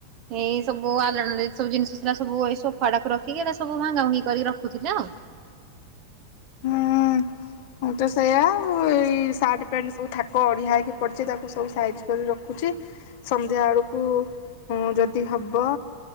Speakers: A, on the right; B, on the left.
A: ଏଇ ସବୁ ଆଲଣରେ ସବୁ ଜିନିଷ ଥିଲା ସବୁ ଏଇ ସୋଫା ଟାକୁ ରଖିକି ଏଟା ସବୁ ଭା ଭୁଙ୍ଗି କରିକି ରଖୁଥିଲେ ଆଉ।
B: ହଁ। ମୁଁ ତ ସେଇୟା ଏଇ ସାର୍ଟ ପ୍ୟାଣ୍ଟ ସବୁ ଥାକ ଅଢ଼ଆ ହୋଇଇକି ପଡ଼ିଛି ତାକୁ ସବୁ ସାଇଜ୍ କରି ରଖୁଛି। ସନ୍ଧ୍ୟା ବଳକୁ ଯଦି ହବ